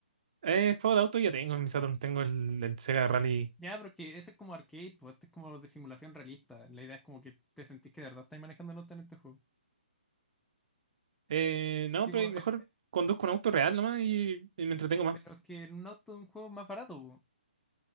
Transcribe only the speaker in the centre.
Ya, pero es que ese es como arcade, pues este es como de simulación realista. La idea es como que te sentís que de verdad estás manejando un auto en este juego.
Tipo,
eh, eh,
pero es que un auto es un juego más barato. po.